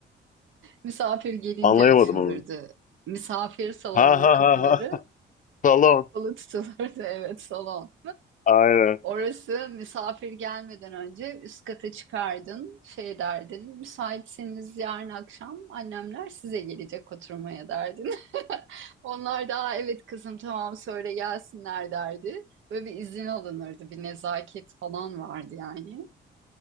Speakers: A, on the right; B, on the left.
A: Misafir gelince
B: Anlayamadım
A: açılırdı.
B: onu.
A: Misafir salonunun
B: Ha ha
A: kapıları
B: ha ha. Salon.
A: kapalı tutulurdu. <laughs> Evet, salon.
B: Aynen.
A: Orası misafir gelmeden önce üst kata çıkardın, şey derdin, müsaitseniz yarın akşam annemler size gelecek oturmaya derdin. <laughs> Onlar da "Aa, evet kızım tamam söyle gelsinler derdi. Böyle bir izin alınırdı, bir nezaket falan vardı yani.